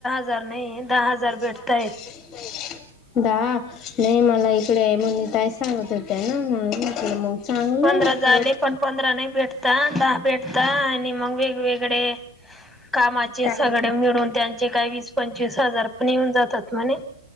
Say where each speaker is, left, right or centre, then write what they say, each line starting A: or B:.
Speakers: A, in the centre; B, on the left.
A: तर नाही दहा हजार भेटतायत.
B: दहा हजार <inaudible> दहा नाही मला इकडे मुुन्नी ताई सांगत होतेय ना म्हणून इकडे मग चांगलंय
A: पंधरा
B: म्हटलं
A: झाले. पण पंधरा नाही भेटता दहा भेटता आणि मग वेगवेगळे कामाचे
B: काय
A: सगळे मिळून त्यांचे काही वीस, पंचवीस हजार पण येऊन जातात म्हणे.